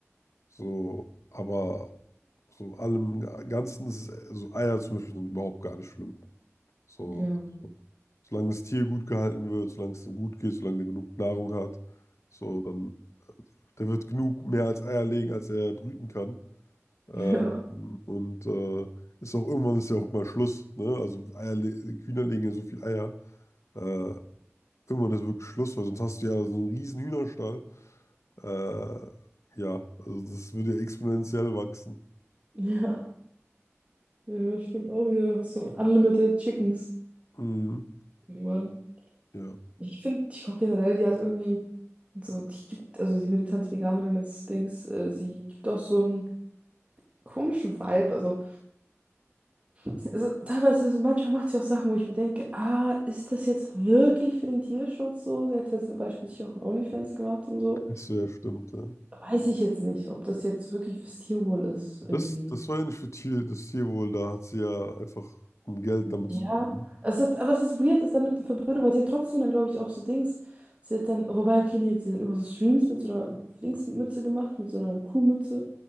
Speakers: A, on the left (about 80°); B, on the right (about 30°).
A: So, aber so allem Ganzen ist es, so Eier zum Beispiel sind überhaupt gar nicht schlimm. So,
B: Ja.
A: solange das Tier gut gehalten wird, solange es ihm gut geht, solange der genug Nahrung hat, so, dann, der wird genug mehr als Eier legen, als er brüten kann. Ähm,
B: <laughs> Ja.
A: und äh, ist auch irgendwann ist ja auch mal Schluss, ne? Also Eier, le- Hühner legen ja so viel Eier. Äh, irgendwann ist wirklich Schluss, weil sonst hast du ja so einen riesen Hühnerstall. Äh, ja, also das würde ja exponentiell wachsen.
B: Ja. Ja, stimmt auch hier. Hast du Unlimited Chickens
A: Mhm.
B: irgendwann.
A: Ja.
B: Ich finde, TikTok generell, die hat irgendwie so, die gibt, also die militante Veganerin des Dings, äh, sie gibt auch so einen komischen Vibe. Also, sie- also teilweise, so- manchmal macht sie auch Sachen, wo ich mir denke, ah, ist das jetzt wirklich für den Tierschutz so? Sie hat ja zum Beispiel sich auch ein OnlyFans gemacht und so.
A: Das so, ja, stimmt, ja.
B: Weiß ich jetzt nicht, ob das jetzt wirklich fürs Tierwohl ist,
A: Das,
B: irgendwie.
A: das war ja nicht für Tier, das Tierwohl, da hat sie ja einfach um Geld damit
B: Ja,
A: zu verdienen.
B: es hat, aber es ist weird, ist damit eine Verbindung, weil sie hat trotzdem dann, glaube ich, auch so Dings. Sie hat dann, oh, wobei, okay, nee, sie hat immer so Streams mit so einer Dingsmütze gemacht, mit so einer Kuhmütze.